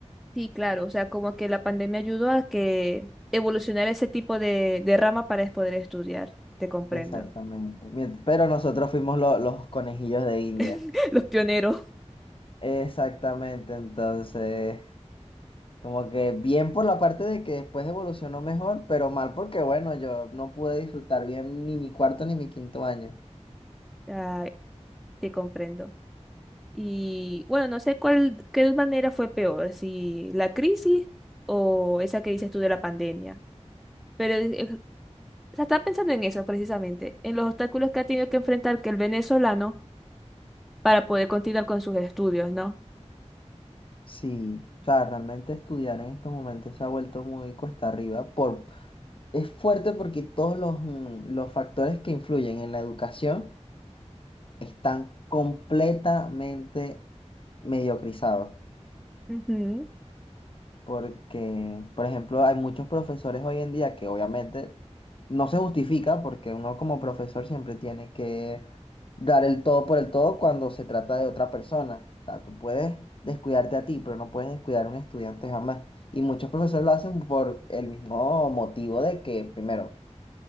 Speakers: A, in the centre; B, on the left (about 50°).
A: Sí, claro, o sea, como que la pandemia ayudó a que evolucionara ese tipo de, de rama para es poder estudiar. Te comprendo.
B: Exactamente. Mient- Pero nosotros fuimos lo- los conejillos de India.
A: <laughs> Los pioneros.
B: Exactamente, entonces, como que bien por la parte de que después evolucionó mejor, pero mal porque, bueno, yo no pude disfrutar bien ni mi cuarto ni mi quinto año.
A: Ay, te comprendo. Y bueno, no sé cuál, qué manera fue peor, si la crisis o esa que dices tú de la pandemia. Pero eh, o sea, estaba pensando en eso precisamente, en los obstáculos que ha tenido que enfrentar que el venezolano para poder continuar con sus estudios, ¿no?
B: Sí, o sea, realmente estudiar en estos momentos se ha vuelto muy cuesta arriba. Por... Es fuerte porque todos los, mm, los factores que influyen en la educación están completamente mediocrizados.
A: Ujú,
B: Porque, por ejemplo, hay muchos profesores hoy en día que obviamente no se justifica porque uno como profesor siempre tiene que dar el todo por el todo cuando se trata de otra persona. O sea, tú puedes descuidarte a ti, pero no puedes descuidar a un estudiante jamás. Y muchos profesores lo hacen por el mismo motivo de que, primero,